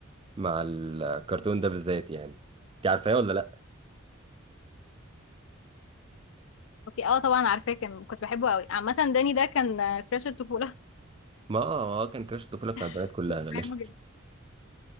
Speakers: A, on the right (about 25°); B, on the left (about 65°).
A: مع الكرتون ده بالذات يعني انت عارفاه ولا لا
B: اوكي اه طبعا عارفاه كان كنت بحبه قوي عامة داني ده كان آه، كراش الطفولة
A: ما آه، ما هو كان كراش الطفولة بتاع البنات
B: <laughs>
A: كلها
B: كنت
A: غالبا
B: بحبه جدا